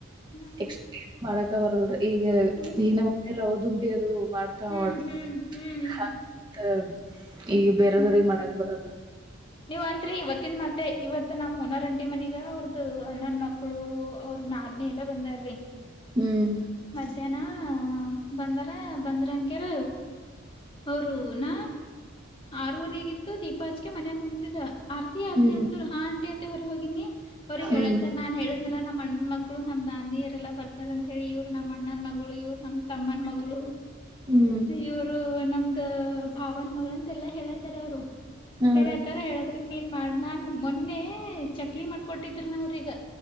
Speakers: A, on the left (about 25°); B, on the right (about 20°).
A: ಹ್ಮ್
B: ಎ ಸಕ <unintelligible> ಮಾಡಕ ಬರಲ್ ರೀ. ಈಗ
A: ಹ್ಮ್
B: ಈನ ಮನ ರವ ದುಂಡಿ ಅದು ಮಾಡ್ತಾ
A: ಹ್ಮ್
B: ನೋಡ್ರಿ
A: ಹ್ಮ್
B: ಅಂಗ್ ತ್. ಈಗ ಬೇರೆದವ್ರಗ್
A: ಹ್ಮ್
B: ಮಾಡಕ ಬರ
A: ನೀವ್ ಅತ್ರಿ ಇವತ್ತಿನ ಮತ್ತೆ ಇವತ್. ತ್ ನಮ್ಮ್ ಓನರ್ ಆಂಟಿ ನನಿಗ ಅವ್ರದ್ದ ಅಣ್ಣನ್ ಮಕ್ಕಳು. ಅವ್ರ ನಾದಿನಿ ಎಲ್ಲ ಬಂದಾರ್ರಿ
B: ಹ್ಮ್
A: ಮಧ್ಯಾಹ್ನ. ಬಂದಾರ ಬಂದ್ರ ಅನ್ಕಾರ ಅವರು ನ ಆರು ವರೆ ಆಗಿತ್ತು ದೀಪ ಹಾಚ್ಕೆ ಮನೆಾಗ ಕುಂತಿದೆ ಆರ್ತಿ ಆರ್ತಿ
B: ಹ್ಮ್
A: ಅಂದ್ರರು ಹಾ. ಟೆಂತೆ ಹೊರಗೋಗಿನಿ. ಅವ್ರಿಗ್
B: ಹ್ಮ್
A: ಹೇಳತ್ತಾರೆ ನಾನ್ ಹೇಳಿದ್ನಲ್ಲ ನಮ್ಮ ಅಣ್ಣನ ಮಕ್. ನಮ ನದಿನಿಯರೆಲ್ಲ ಬರ್ತಾರ ಅಂತ ಹೇಳಿ ಇವರು ನಮ್ಮ. ಅಣ್ಣನ ಮಗಳು ಇವ್ರು ನಮ್ ತಮ್ಮನ ಮಗಳು
B: ಹ್ಮ್
A: ಇವ್ರು ನಮ್ದ ಭಾವನ್ ಮಗಳು ಅಂತೆಲ್ಲ ಹೇಳತಾರ ಅವ್ರು
B: ಹ್ಮ
A: ತಾರೆ ಹೇಳದ್ರೆ ನೀನ್ ಮಾಡ್ ನನ್ ಮೊನ್ನೆ ಚಕ್ಲಿ ಮಾಡ್. ಕೊಟ್ಟಿ ತಿರ್ವರ ಈಗ.